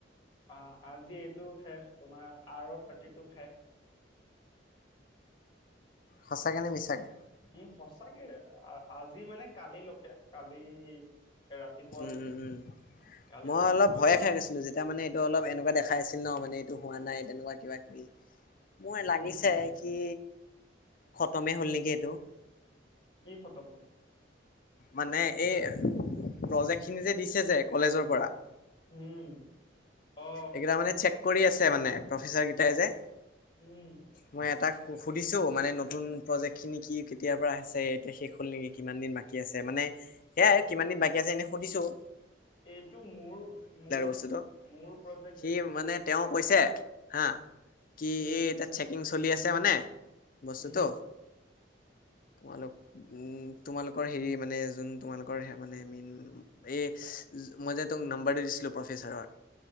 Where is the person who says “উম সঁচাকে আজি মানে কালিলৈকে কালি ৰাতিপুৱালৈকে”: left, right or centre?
Left